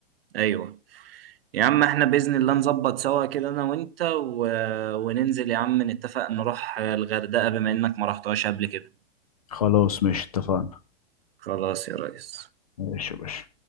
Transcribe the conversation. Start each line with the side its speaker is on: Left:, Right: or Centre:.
Right: ايوه يا عم احنا باذن الله نظبط سوا كده انا وانت و... وننزل يا عم نتفق نروح الغردقه بما انك ما رحتهاش قبل كده
Left: خلاص ماشي اتفقنا
Right: خلاص يا ريس
Left: ماشي يا باشا